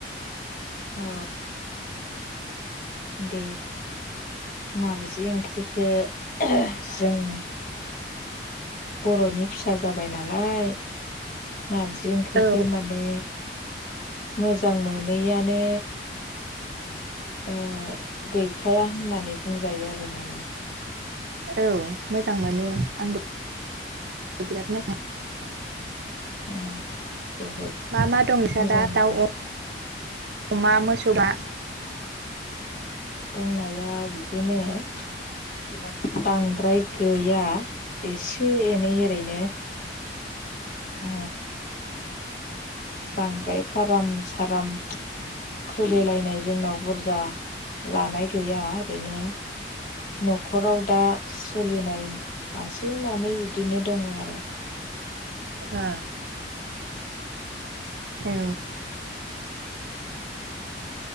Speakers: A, on the left (about 50°); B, on the right (about 65°).
A: अ दे नार जि ओंख्रिखौ जों बर'नि फिसा जाबाय नालाय नारजि ओंख्रिखौ
B: औ
A: माने मोजां मोनैआनो ओ गैखाया होननानै बुंजायो आरो माने।
B: औ मोजां मोनो आंबो बिराद मोजां मोनो।
A: ओ बहुद
B: मा मा दं नोंसा
A: मोजां
B: दा
A: मोनो
B: दाउ अ मा मोसौआ?
A: दंनाया बिदिनो <unintelligible> बांद्राय गैया एसे एनै ओरैनो ओ बांद्राय फाराम साराम खुलिलायनाय जोंनाव बुरजा लानाय गैया ओरैनो न'खराव दा सोलिनाय मासे मानै इदिनो दङ' आरो।
B: ओ औ